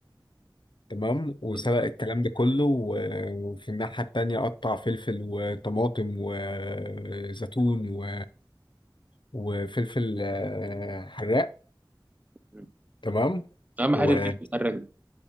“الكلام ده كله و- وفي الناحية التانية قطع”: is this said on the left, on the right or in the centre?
Left